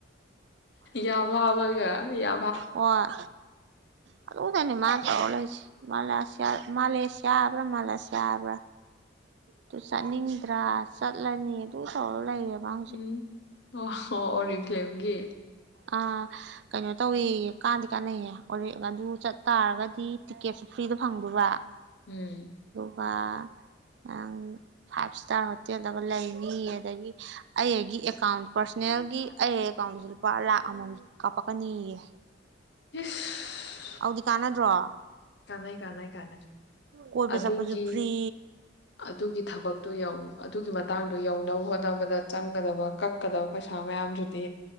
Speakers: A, on the left; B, on the right.
A: ꯌꯥꯕ ꯍꯕꯒ <unintelligible> ꯌꯥ
B: ꯍꯣꯢ ꯑꯣꯗꯨꯗꯅꯤ ꯃꯥꯅ <unintelligible> ꯃꯥꯂꯦꯁꯤꯌꯥ ꯍꯥꯢꯕ꯭ꯔꯥ ꯃꯥꯂꯁꯤꯌꯥ ꯍꯥꯢꯕ꯭ꯔꯥ ꯑꯗꯨ ꯆꯠꯅꯤꯡꯗ꯭ꯔꯥ ꯆꯠꯂꯅꯤ ꯑꯗꯨ ꯇꯧꯔ ꯂꯩꯌꯦꯕ ꯋꯥꯍꯪꯁꯤ
A: ꯎꯝ ꯑꯣ ꯑꯣꯔꯤꯐꯂꯦꯝꯒꯤ
B: ꯑꯥ ꯀꯩꯅꯣ ꯇꯧꯑꯦꯌꯦ ꯀꯥꯟꯗꯤ ꯀꯥꯟꯅꯩꯌꯦ ꯑꯗꯨ ꯆꯠꯇꯥꯥꯔꯒꯗꯤ ꯇꯤꯛꯀꯦꯠꯁꯨ ꯐ꯭ꯔꯤꯗ ꯐꯪꯗꯣꯢꯕ
A: ꯎꯝ
B: ꯑꯗꯨꯒ ꯅꯪ ꯐꯥꯏꯚ ꯏꯁꯇꯥꯔ ꯍꯣꯇꯦꯜꯗꯒ ꯂꯩꯅꯤ ꯑꯗꯒꯤ ꯑꯩꯒꯤ ꯑꯦꯀꯥꯎꯟ ꯄꯥꯔꯁꯣꯅꯦꯜꯒꯤ ꯑꯩ ꯑꯦꯀꯥꯎꯟꯗꯁꯨ ꯂꯨꯄꯥ ꯂꯥꯛ ꯑꯃꯃꯝ ꯀꯥꯞꯄꯛꯀꯅꯤꯌꯦ
A: ꯏꯁ
B: ꯑꯧꯗꯤ ꯀꯥꯟꯅꯗ꯭ꯔꯣ
A: ꯀꯥꯟꯅꯩ ꯀꯥꯟꯅꯩ ꯀꯥꯟꯅꯩ
B: ꯀꯣꯏꯕ
A: ꯑꯗꯨꯒꯤ
B: ꯆꯠꯄꯁꯨ ꯐ꯭ꯔꯤ
A: ꯑꯗꯨꯒꯤ ꯊꯕꯛꯇꯣ ꯌꯥꯎ ꯑꯗꯨꯒꯤ ꯃꯇꯥꯡꯗꯣ ꯌꯧꯅꯕ ꯍꯣꯠꯅꯕꯗ ꯆꯪꯒꯗꯕ ꯀꯛꯀꯗꯕ ꯄꯩꯁꯥ ꯃꯌꯥꯝꯗꯨꯗꯤ